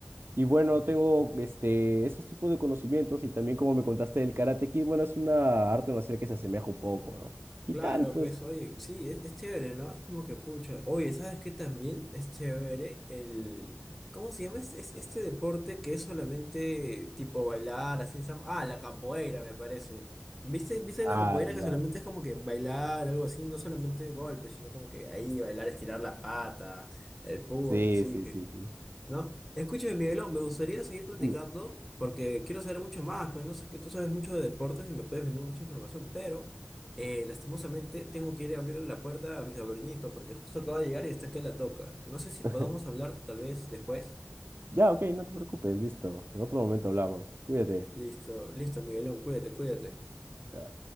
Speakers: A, on the right; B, in the centre.
A: Y bueno, tengo este, esos tipos de conocimientos y también como me contaste del Karate Kid, bueno, es una arte marcial que se asemeja un poco, ¿no? Y
B: Claro,
A: tal, pues.
B: pues oye, sí, es, es chévere, ¿no? Es como que pucha. Oye, ¿sabes qué también es chévere? El... ¿Cómo se llama? Es, es- este deporte que es solamente tipo bailar, así. sam- Ah, la capoeira, me parece. ¿Viste, viste
A: Ah,
B: la capoeira
A: ya.
B: que solamente es como que bailar, algo así, no solamente golpes, sino como que ahí bailar, estirar la pata, el puño,
A: Sí,
B: así
A: sí,
B: que.
A: sí, sí.
B: ¿no? Escúchame, Miguelón, me gustaría seguir platicando
A: Mm.
B: porque quiero saber mucho más, pues no sé, que tú sabes mucho de deportes y me puedes vender mucha información, pero eh, lastimosamente tengo que ir a abrirle la puerta a mi sobrinito porque justo acaba de llegar y está que la toca. No sé si podamos
A: <laughs>
B: hablar tal vez después.
A: Ya, ok, no te preocupes, listo. En otro momento hablamos. Cuídate.
B: Listo, listo, Miguelón, cuídate, cuídate.
A: Ya.